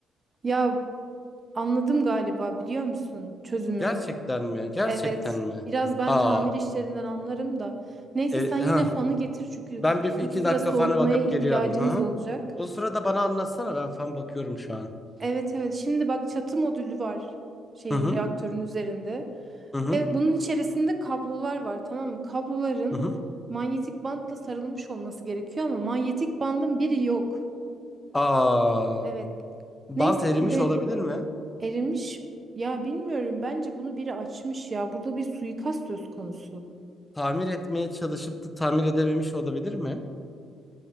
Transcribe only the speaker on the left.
Gerçekten mi? Gerçekten
mi?
Aa,
e,
hah.
Ben bir iki
dakika
fana bakıp
geliyorum. Hı hı.
O sırada bana anlatsana ben fan bakıyorum şu an.
Hı hı,
hı hı,
hı hı.
Aa.
Bant
erimiş
olabilir mi?
Tamir etmeye çalışıp da tamir edememiş olabilir mi?